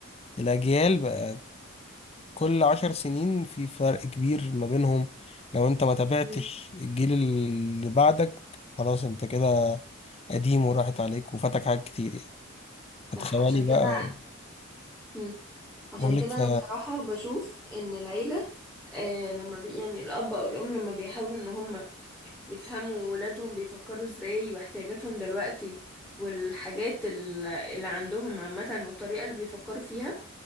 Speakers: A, on the left; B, in the centre.
A: الأجيال بقى كل عشر سنين في فرق كبير ما بينهم لو أنت ما تابعتش
B: مم.
A: الجيل اللي بعدك خلاص أنت كده قديم وراحت عليك وفاتك حاجات كتير يعني فتخيلي
B: صح عشان
A: بقى
B: كده مم. عشان
A: بقولك
B: كده
A: ف-
B: انا بصراحة بشوف ان العيلة آه لما بي يعني الاب او الام لما بيحاولوا ان هم يفهموا ولادهم بيفكروا ازاي واحتياجاتهم دلوقتي والحاجات ال- اللي عندهم عامة والطريقة اللي بيفكروا فيها